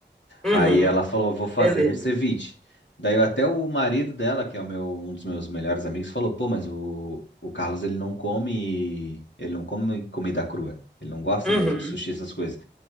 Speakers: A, in the centre; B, on the left (about 75°).
A: uhum,
B: Aí ela falou, vou fazer
A: beleza.
B: um ceviche. Daí até o marido dela, que é o meu, um dos meus melhores amigos, falou, pô, mas o, o Carlos ele não come, ele não come comida crua. Ele não gosta
A: Uhum,
B: muito de sushi, essas coisas.